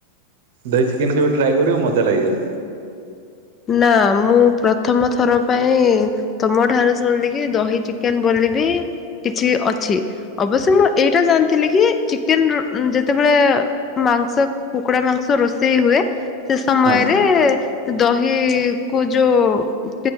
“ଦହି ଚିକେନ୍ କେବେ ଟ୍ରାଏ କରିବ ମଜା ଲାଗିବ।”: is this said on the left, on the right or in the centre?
Right